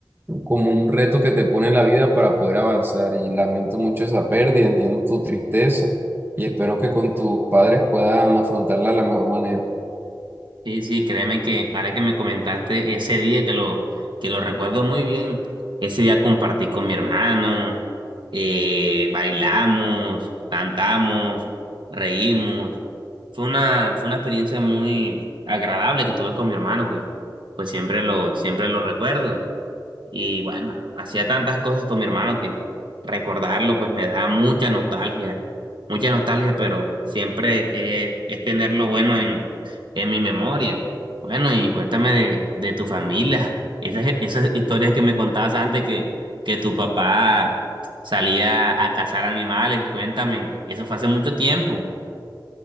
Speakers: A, on the right; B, on the right.
A: como un reto que te pone la vida para poder avanzar. Y lamento mucho esa pérdida, entiendo tu tristeza. Y espero que con tus padres puedan afrontarla de la mejor manera.
B: Sí, sí, créeme que ahora que me comentaste ese día que lo, que lo recuerdo muy bien, ese día compartí con mi hermano, eh, bailamos, cantamos, reímos. Fue una, fue una experiencia muy agradable que tuve con mi hermano, que pues siempre lo, siempre lo recuerdo. Y bueno, hacía tantas cosas con mi hermano que recordarlo pues me da mucha nostalgia, mucha nostalgia, pero siempre eh, es tenerlo bueno en, en mi memoria. Bueno, y cuéntame de, de tu familia, esas, esas historias que me contabas antes que, que tu papá salía a cazar animales, cuéntame, eso fue hace mucho tiempo.